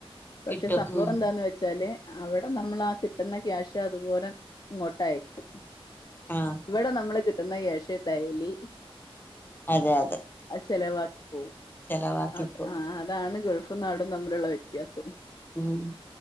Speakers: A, on the left; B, on the left.
A: പക്ഷെ
B: കിട്ടും
A: സംഭവം
B: ഉം
A: എന്താന്ന് വെച്ച. ച്ചാല് അവിടെ നമ്മളാ കിട്ടുന്ന ക്യാഷ് അതുപോലെ ഇങ്ങോട്ടയക്കും.
B: ആഹ്.
A: ഇവിടെ നമ്മള് കിട്ടുന്ന കേശ് ടൈലി.
B: അതെ അതെ
A: അത് ചെലവാക്കി പോവും
B: ചെലവാക്കിപ്പോ
A: അഹ് ആഹ് അതാണ് ഗൾഫ്. ഫും നാടും തമ്മിലുള്ള വ്യത്യാസം.
B: ഉംഹ്.